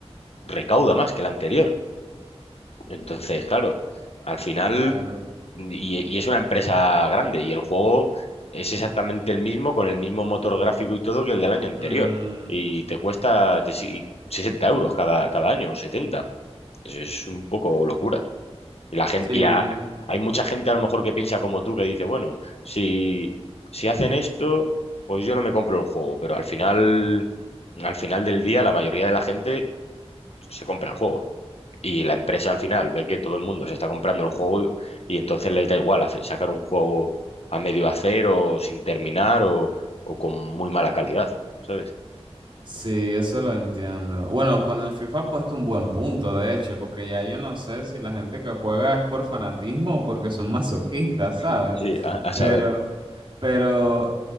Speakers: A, on the left; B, on the right.
A: recauda más que el anterior. Entonces, claro, al final.
B: claro.
A: Y, y es una empresa grande y el juego es exactamente el mismo, con el mismo motor gráfico y todo que el del año anterior.
B: Mm,
A: Y te cuesta te- si- 60 euros cada, cada año o 70. Es, es un poco locura. Y la gente,
B: sí.
A: y a- hay mucha gente a lo mejor que piensa como tú, que dice, bueno, si, si hacen esto, pues yo no me compro el juego. Pero al final, al final del día, la mayoría de la gente se compra el juego. Y la empresa al final ve que todo el mundo se está comprando el juego y, y entonces les da igual hace- sacar un juego a medio hacer o sin terminar o, o con muy mala calidad, ¿sabes?
B: Sí, eso lo entiendo. Bueno, con el FIFA ha puesto un buen punto, de hecho, porque ya yo no sé si la gente que juega es por fanatismo o porque son masoquistas,
A: <laughs>
B: ¿sabes?
A: Sí, a, a
B: Pero,
A: saber.
B: pero